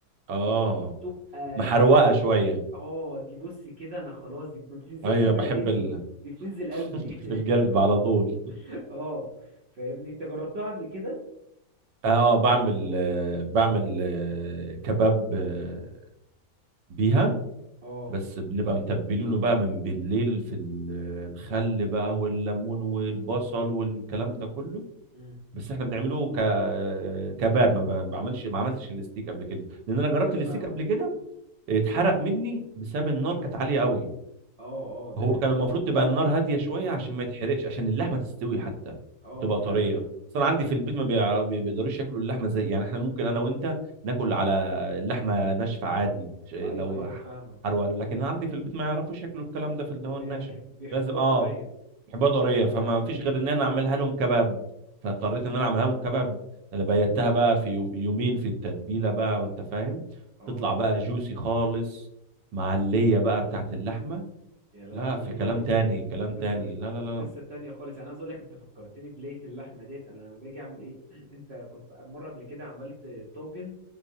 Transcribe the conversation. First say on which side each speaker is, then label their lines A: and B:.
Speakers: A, on the right; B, on the right.
A: اه
B: دي بتبقى
A: محروقه
B: يعني
A: شويه
B: اه دي بص كده انا خلاص دي ما بتنزلش
A: ايوه
B: معدتي
A: بحب ال... <laughs>
B: دي بتنزل قلبي
A: في القلب على طول
B: <laughs> اه فاهمني انت جربتها قبل كده
A: اه بعمل آه، بعمل آه، كباب آه، بيها
B: اه
A: بس بنبقى متبلينه بقى من بالليل في ال- آه، الخل بقى والليمون والبصل والكلام ده كله
B: امم
A: بس احنا بنعمله ك آه، كباب ما ب- بعملش ما عملتش الستيك قبل كده لان انا جربت
B: ايوه
A: الستيك
B: فاهمك
A: قبل كده اتحرق مني بسبب النار كانت عالية قوي
B: اه اه ده
A: هو
B: حقيقي
A: كان المفروض تبقى النار هاديه شويه عشان ما يتحرقش عشان اللحمه تستوي حتى
B: اه
A: وتبقى
B: اه فعلا
A: طريه اصلا
B: فعلا
A: عندي في البيت ما بيع- بي- بيقدروش ياكلوا اللحمه زي يعني احنا ممكن انا وانت ناكل على اللحمه ناشفه عادي ش- لو
B: ايوه ايوه
A: ح-
B: فاهمك
A: حروقان لكن عندي في البيت ما يعرفوش ياكلوا الكلام ده في اللي
B: فبيحب
A: هو الناشف
B: بيحبوها
A: لازم اه
B: طريا
A: حبات طريه
B: ايوه فعلا
A: فما فيش غير ان انا اعملها لهم كباب فاضطريت ان انا اعملها لهم كباب اللي بيتها بقى في يوم يومين في التتبيله بقى وانت فاهم
B: اه
A: تطلع بقى جوسي خالص مع الليه بقى بتاعت اللحمه
B: يا لهوي
A: لا في كلام تاني
B: دي
A: كلام
B: قصه
A: تاني لا لا لا
B: قصه
A: لا
B: تانية خالص انا عايز اقول لك انت فكرتني بلية اللحمه ديت انا لما باجي اعمل ايه <clears throat> انت كنت مره قبل كده عملت طاجن